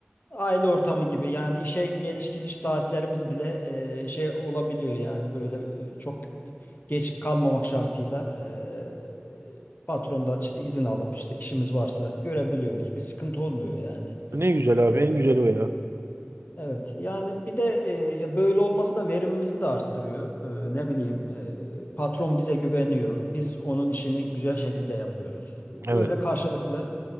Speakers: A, on the left (about 45°); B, on the right (about 80°).
A: aile ortamı gibi yani işe geliş gidiş saatlerimiz bile e, şey olabiliyor yani böyle e, çok geç kalmamak şartıyla e, patrondan işte izin alıp işte işimiz varsa görebiliyoruz. Bir sıkıntı olmuyor yani.
B: Ne güzel abi,
A: E,
B: en güzeli o ya.
A: evet yani bir de e, ya böyle olması da verimimizi de arttırıyor. E, ne bileyim e, patron bize güveniyor. Biz onun işini güzel şekilde yapıyoruz. Böyle
B: Evet.
A: karşılıklı